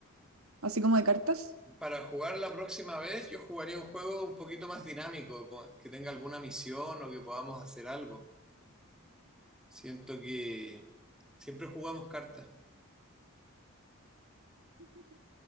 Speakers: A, on the right; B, in the centre.
A: Así como de cartas.
B: Para jugar la próxima vez, yo jugaría un juego un poquito más dinámico, como que tenga alguna misión o que podamos hacer algo. Siento que Siempre jugamos cartas,